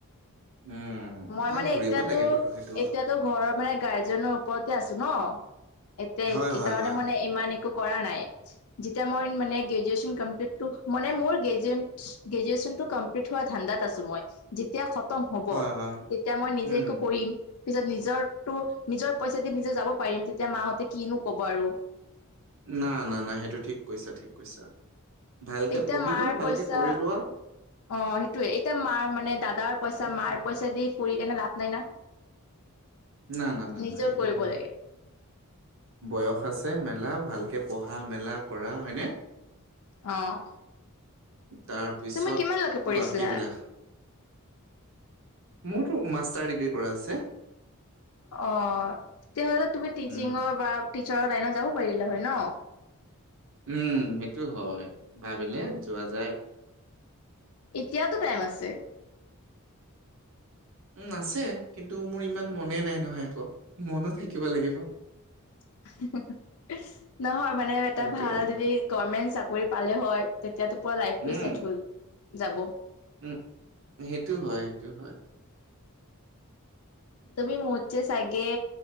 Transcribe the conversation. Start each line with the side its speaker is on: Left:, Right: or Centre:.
Right: উম
Left: মই
Right: নাই
Left: মানে
Right: ঘূৰিব
Left: এতিয়াতো
Right: লাগে বাৰু সেইটো
Left: এতিয়াতো ঘৰৰ মানে গাৰ্জেনৰ ওপৰতে আছো ন এতিয়া
Right: হয়
Left: এইকাৰণে
Right: হয় হয় হয়
Left: মানে ইমান একো কৰা নাই যেতিয়া মই মানে গ্ৰেজুৱেচন কম্লটটো মানে মোৰে গ্ৰেজুৱেন গ্ৰেজুৱেচনটো কম্পিলিত হোৱা ধান্দাত আছো মই যেতিয়া খতম হব
Right: হয় হয়
Left: তেতিয়া মই নিজে
Right: উম
Left: একো কৰিম পিছত নিজৰ টো নিজৰ পইচা যদি নিজে যাব পাৰিম তেতিয়া মাহঁতে কিনো কব আৰু
Right: না না না সেইটো ঠিক কৈছা ঠিক কৈছা ভালকে
Left: এতিয়া
Right: পঢ়ি
Left: মাৰ
Right: লোৱা ভালকে
Left: পইচা
Right: কৰি লোৱা
Left: অ সেইটোয়ে এতিয়া মাৰ মানে দাদাৰ পইচা
Right: উম,
Left: মাৰ পইচা দি ফুৰি কেনে লাভ নাই না
Right: না না
Left: নিজেও
Right: না সেইটো
Left: কৰিব
Right: নাই
Left: লাগে
Right: বয়স আছে মেলা ভালকে পঢ়া মেলা কৰা হয়নে
Left: অ
Right: তাৰপিছত
Left: তুমি কিমানলৈকে পঢ়িছিলা?
Right: বাকীবিলাক মোৰতো মাষ্টাৰ ডিগ্ৰী কৰা আছে
Left: অ তেতিয়াহ'লেতো তুমি টিচিঙৰ
Right: উম,
Left: বা টিচাৰৰ লাইনত যাব পাৰিলা হয় ন
Right: উম সেইটো হয় ভাবিলে যোৱা যায়
Left: এতিয়াতো টাইম আছে
Right: উ আছে কিন্তু মোৰ ইমান মনে নাই নহয় আকৌ মনো থাকিব লাগিব
Left: <unintelligible> নহয় মানে এটা
Right: সেইটোয়ে
Left: ভাল
Right: ন।
Left: যদি গমেন্ট চাকৰি পালে হয় তেতিয়াতো পুৰা লাইফটো
Right: উম,
Left: চেট হৈ যাব
Right: উম সেইটো হয় সেইটো হয়
Left: তুমি মোতকে চাগে